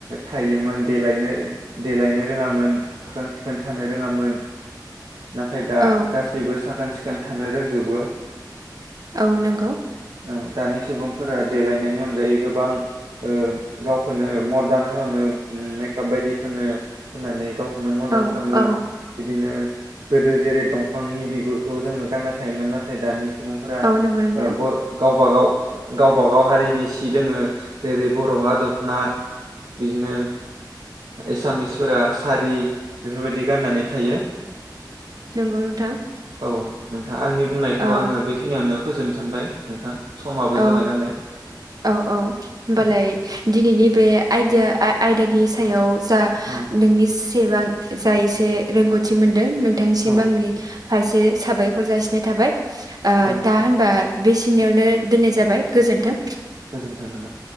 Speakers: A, on the right; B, on the right.
A: थायोमोन देलायनो देलायनो रोङामोन साखोन सिखोन थानो रोङामोन नाथाय दा
B: औ
A: गाैबो साखोन सिखोन खोन्थानो रोंजोबगौ
B: औ नंगौ
A: औ दानि सुबुंफोरा देलायनायनि अनगायै गोबां ओ गावखौनो मदार्न खालामो मेकाप बायदि फो होननानै गाव खौनो मदार्न
B: औ
A: खालामो
B: औ
A: बिदिनो गोदो जेरै दंफांनि बिगुरखौ जोङो गानना थायोमोन नाथाय दानि सुबुंफोरा
B: औ नंगौ नोंथां
A: ओ बर' गाव गावबागाव गावबागाव हारिनि सि दोङो जेरै बर'आ दखना बिदिनो एसामिसफोरा सारि बेफोरबायदि गाननानै थायो
B: नंगौ नोंथां
A: औ नोंथां आंनि बुंनायखौ
B: ओ
A: आङो बेखिनियावनो फोजोबनो सानबाय नोंथां समाबो
B: औ
A: जाबाय नालाय
B: औ औ होमबालाय
A: औ
B: दिनैनि बे आयदिया आय आयदा नि सायाव जा
A: औ
B: नोंनि एसेबां जाय एसे रोंगौथि मोन नोंथांसिम
A: औ
B: आंनि फारसे साबायखर जासिनाय थाबाय ओ
A: औ
B: दा होनबा बेसिनियावनो। दोननाय जाबाय गोजोन्थों।
A: गोजोन्थों नोंथाङा।